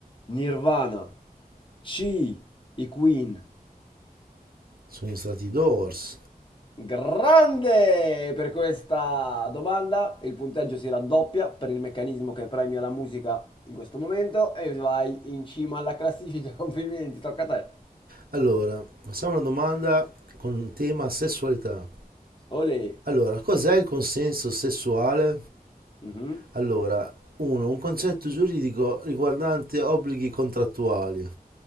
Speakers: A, on the left; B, on the right.
A: Nirvana C. I Queen
B: Sono stati i Doors.
A: Grande! Per questa domanda il punteggio si raddoppia per il meccanismo che premia la musica in questo momento e vai in cima alla classifica. <laughs> Complimenti, tocca a te.
B: Allora, facciamo una domanda con tema sessualità.
A: Olè.
B: Allora, cos'è il consenso sessuale?
A: Mhm.
B: Allora, 1. Un concetto giuridico riguardante obblighi contrattuali.